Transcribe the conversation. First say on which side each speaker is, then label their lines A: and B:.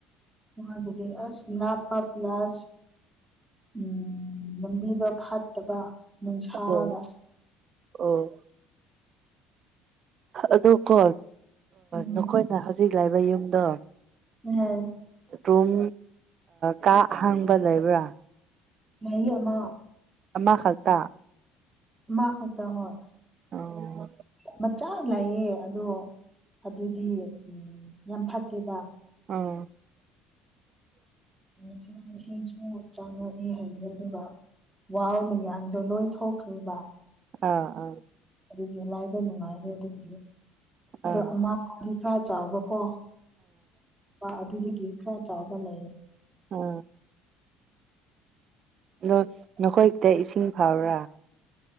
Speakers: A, on the right; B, on the right.
A: ꯃ ꯑꯗꯨ ꯑꯁ ꯂ ꯄꯞ ꯂꯁ ꯎꯝ ꯂꯝꯕꯤꯗꯣ ꯐꯠꯇꯕ ꯅꯨꯡꯁꯥꯒ
B: ꯑꯣ ꯑꯣ ꯑꯗꯣꯀꯣ
A: ꯎꯝ
B: ꯅꯈꯣꯏꯅ ꯍꯧꯖꯤꯛ ꯂꯕ ꯌꯨꯝꯗꯣ
A: ꯎꯝ
B: ꯔꯨꯝ ꯀꯥ ꯍꯥꯡꯕ ꯂꯩꯕ꯭ꯔꯥ?
A: ꯂꯩꯪ ꯑꯃ
B: ꯑꯃ ꯈꯛꯇ
A: ꯑꯃ ꯈꯛꯇ ꯍꯣꯏ
B: ꯎꯝ
A: ꯑꯃ ꯆꯥ ꯂꯥꯛꯌꯦꯦ ꯑꯗꯣ ꯑꯗꯨꯗꯤ ꯌꯥꯝ ꯐꯠꯇꯦꯕ
B: ꯎꯝ <inaudible>
A: ꯁꯤꯅ ꯁꯤꯁꯨ ꯆꯥꯉꯛꯑꯦ ꯍꯥꯏꯅꯤ ꯑꯗꯨꯒ ꯋꯥꯔꯃꯤꯌꯥꯡꯗꯣ ꯂꯣꯏ ꯊꯣꯛꯈ꯭ꯔꯤꯕ
B: ꯑꯥ ꯑꯥ
A: ꯑꯗꯨꯒꯤ ꯂꯥꯏꯕ ꯅꯨꯡꯉꯥꯏꯔꯦ ꯑꯗꯨꯗꯤ ꯑꯗꯣ
B: ꯑꯥ
A: ꯑꯃꯥꯡꯕꯗꯤ ꯈꯔ ꯆꯥꯎꯕꯀꯣ ꯑꯗꯨꯗꯒꯤ ꯈꯔ ꯆꯥꯕ ꯂꯩꯌꯦ
B: ꯎꯝ ꯑꯗꯣ ꯅꯈꯣꯏ ꯈꯨꯟꯗꯪ ꯏꯁꯤꯡ ꯐꯥꯕꯔꯥ